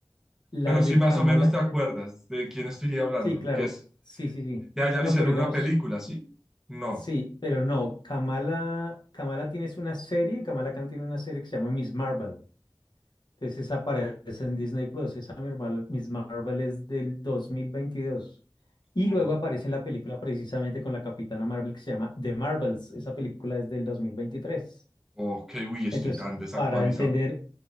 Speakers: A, on the left; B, in the centre.
A: La
B: pero
A: de
B: si más
A: Kamala
B: o menos te
A: tienes-
B: acuerdas de quién estoy hablando,
A: Sí, claro.
B: que es,
A: Sí, sí, sí.
B: ya, ya
A: No,
B: le hicieron
A: pero digamos,
B: una película, ¿sí? No.
A: sí, pero no. Kamala, Kamala tienes una serie, Kamala Khan tiene una serie que se llama Miss Marvel. Entonces esa aparece en Disney Plus, esa Miss Marvel, Miss Marvel es del dos mil veintidós Y
B: Mm,
A: luego aparece en la película precisamente con la Capitana Marvel que se llama The Marvels. Esa película es del 2023.
B: Ok, uy, estoy
A: Entonces,
B: tan desactualizado.
A: para entender,